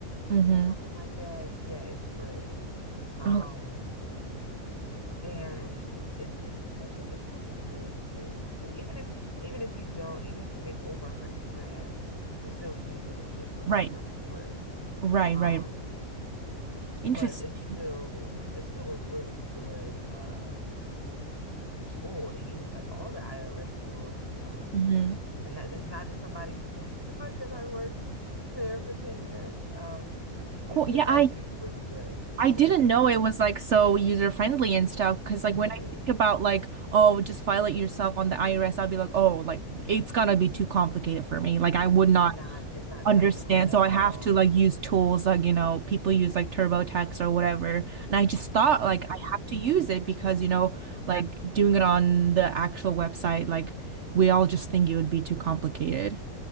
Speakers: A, on the right; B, on the left.
A: hmm
B: or something like that. Yeah, it's free. Um,
A: Oh,
B: and it's it's it's such a it's such a great tool to use. Even if even if you don't, even if you make over a hundred grand, you can still use it. It's just no longer
A: right.
B: free.
A: Right,
B: Um,
A: right. Interesting.
B: but it's still it's still a really good uh tool to use. Like all the IRS tools, um,
A: hmm
B: and that this is not just somebody <laughs> because I worked there for 10 years. Um, it's
A: Cool.
B: it's
A: Yeah,
B: actually
A: I
B: really good.
A: I
B: It's
A: didn't
B: a really good
A: know
B: website.
A: it was like so user friendly and stuff. Because
B: hmm
A: like when I think about like, oh, just file it yourself on the IRS, I'll be like, oh, like it's gonna be too complicated for me. Like I would
B: It's
A: not
B: not it's not
A: understand.
B: technical at
A: So I have
B: all.
A: to like use tools like you know people use like TurboTax or whatever. And I just thought
B: Yeah.
A: like I have to use it because you know like doing it on the actual website, like we all just think it would be too complicated.